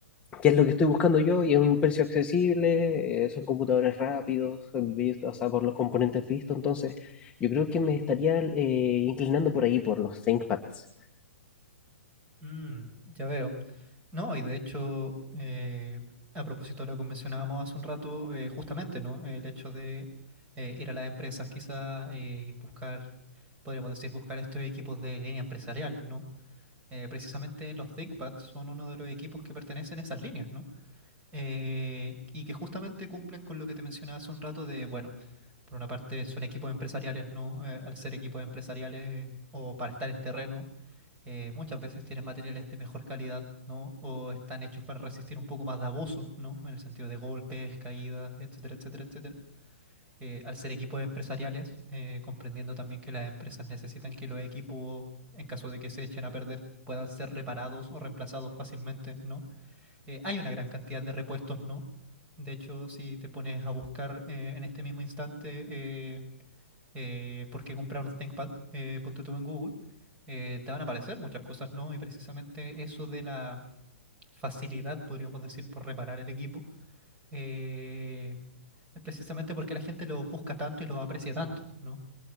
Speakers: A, on the left (about 15°); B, on the right (about 20°).
A: que es lo que estoy buscando yo y es un precio accesible, eh, son computadores rápidos, eh, vi- o sea, por los componentes vistos, entonces yo creo que me estaría eh, inclinando por ahí, por los ThinkPads.
B: mm, ya veo. No, y de hecho, eh, a propósito de lo que mencionábamos hace un rato, eh, justamente, ¿no? El hecho de eh, ir a las empresas quizás eh, y buscar, podríamos decir, buscar estos equipos de línea empresarial, ¿no? Eh, precisamente los ThinkPads son uno de los equipos que pertenecen a esas líneas, ¿no? Eh, y que justamente cumplen con lo que te mencionaba hace un rato de, bueno, por una parte son equipos empresariales, ¿no? Eh, al ser equipos empresariales eh, o para estar en terreno, eh, muchas veces tienen materiales de mejor calidad, ¿no? O están hechos para resistir un poco más de abuso, ¿no? En el sentido de golpes, caídas, etcétera, etcétera, etcétera eh, al ser equipos empresariales, eh, comprendiendo también que las empresas necesitan que los equipos, en caso de que se echen a perder, puedan ser reparados o reemplazados fácilmente, ¿no? Eh, hay una gran cantidad de repuestos, ¿no? De hecho, si te pones a buscar eh, en este mismo instante eh, eh, por qué comprar un ThinkPad, eh, ponte tú en Google, eh, te van a aparecer muchas cosas, ¿no? Y precisamente eso de la facilidad, podríamos decir, por reparar el equipo, eh, es precisamente porque la gente los busca tanto y los aprecia tanto, ¿no?